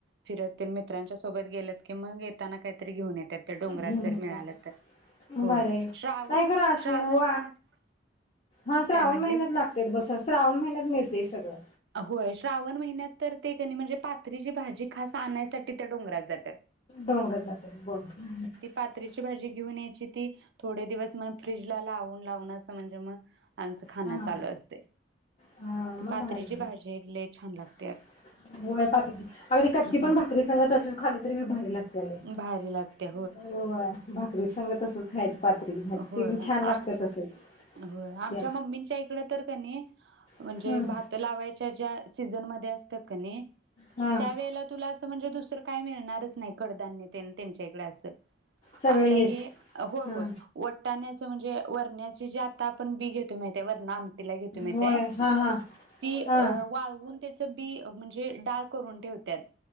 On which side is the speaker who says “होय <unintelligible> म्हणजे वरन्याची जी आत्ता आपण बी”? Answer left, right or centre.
Right